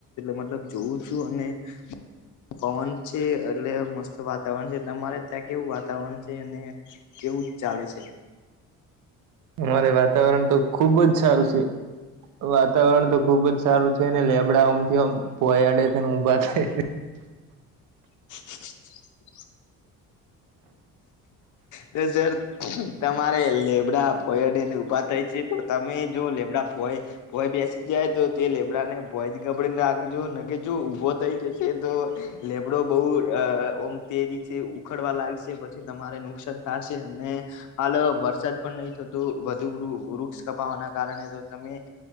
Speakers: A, on the left; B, on the right.
A: મતલબ જોઉું છું અને. પવન છે એટલે મસ્ત વાતાવરણ છે તમારે. ત્યાં કેવું વાતાવરણ છે અને કેવું ચાલે છે.
B: અમારે વાતાવરણ તો ખુબજ સારું છે. વાતાવરણ તો ખુબજ સારું છે ને લેબડા અમથીમ પોયાડે છે ને ઉભા થાય.
A: <inaudible> તો સર તમારે લેબડા પોયડને ઉઊભા થાય છે તો. તમે જો લેપટોપ હોય. ભય બેસી જાય તો તે લેબડા ને ભોય જ ગબડીને રાખજો કે જો ઊભો થઈ જશે તો. લેબડો બહુ ઓમ તેજીથી ઉખાડવા લાગશે પછી. તમારે નુકસાન થ છે અને. હાલ વરસાદ પણ નહી થતો વધુ વૃક્ષ કપાવાના કારણે તો તમે.